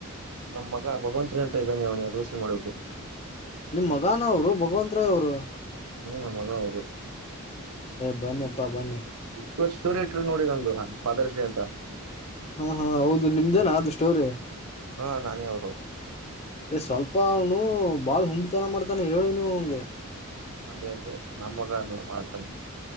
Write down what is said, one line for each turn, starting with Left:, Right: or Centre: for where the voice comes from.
Right: ನಮ್ ಮಗ ಭಗವಂತ ಶನ ಅಂತ ಇದ್ದಾನೆ ಅವನ ಅಡ್ಮಿಷನ್ ಮಾಡ್ಬೇಕು
Left: ನಿಮ್ಮ್ ಮಗಾನ ಅವರು ಭಗವಂತ ರಾಯ್ ಅವರು
Right: ಹು ನಮ್ಮ್ ಮಗ ಅವ್ರೆ
Left: ಏ ಬನ್ನಿಪ್ಪಾ ಬನ್ನಿ
Right: ಇವ ಸ್ಟೋರಿ ಇಟ್ರು ನೋಡಿ ನಂದು ಫಾದರ್ಸ್ ಡೇ ಅಂತ
Left: ಹಾ ಹಾ ಹೌದು ನಿಮ್ದೇನಾ ಅದು ಸ್ಟೋರಿ
Right: ಹಾ ನಾನೇ ಅವರು
Left: ್ ಸ್ವಲ್ಪನೂ ಬಾಳ್ ಹುಂಬ ತನ ಮಾಡ್ತಾನೆ ಹೇಳಿ ನೀ ಹಗೆ
Right: ಹೌದ ನಮ್ಮ ಮಗನು ಮಾಡ್ತನೆ